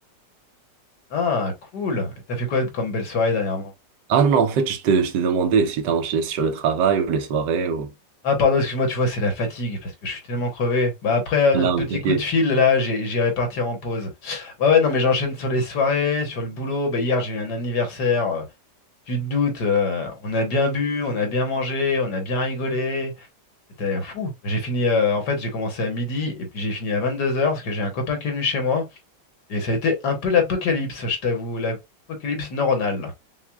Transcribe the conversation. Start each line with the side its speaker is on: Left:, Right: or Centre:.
Left: Ah, cool. Et t'as fait quoi comme belle soirée dernièrement?
Right: Ah non, non, en fait, je te, je te demandais si t'as enchaîné sur le travail ou les soirées ou...
Left: Ah, pardon, excuse-moi, tu vois, c'est la fatigue, parce que je suis tellement crevé. Bah après euh,
Right: Là,
Left: notre petit
Right: on t'inquiète.
Left: coup de fil, là, j'ai- j'irai partir en pause. Ouais, ouais, non, mais j'enchaîne sur les soirées, sur le boulot. Bah hier, j'ai eu un anniversaire, euh, tu te doutes, euh, on a bien bu, on a bien mangé, on a bien rigolé. C'était fou. J'ai fini, euh, en fait, j'ai commencé à midi et puis j'ai fini à 22 heures parce que j'ai un copain qui est venu chez moi et ça a été un peu l'apocalypse, je t'avoue, l'apocalypse neuronale.